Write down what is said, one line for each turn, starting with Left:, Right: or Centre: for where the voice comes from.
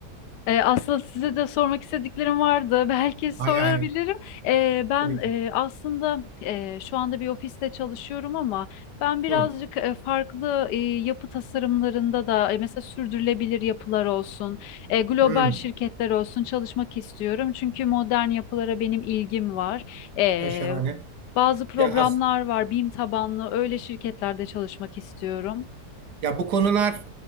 Left: Ee, aslında size de sormak istediklerim vardı. <laughs> Belki sorabilirim.
Right: Hay hay.
Left: Ee, ben
Right: Tabii ki.
Left: e, aslında e, şu anda bir ofiste çalışıyorum ama ben birazcık
Right: Hı,
Left: e, farklı e, yapı tasarımlarında da e, mesela sürdürülebilir yapılar olsun, e, global
Right: hı.
Left: şirketler olsun çalışmak istiyorum. Çünkü modern yapılara benim ilgim var. Ee,
Right: Ya şahane.
Left: bazı programlar
Right: Ya as
Left: var, BİM tabanlı öyle şirketlerde çalışmak istiyorum.
Right: ya bu konular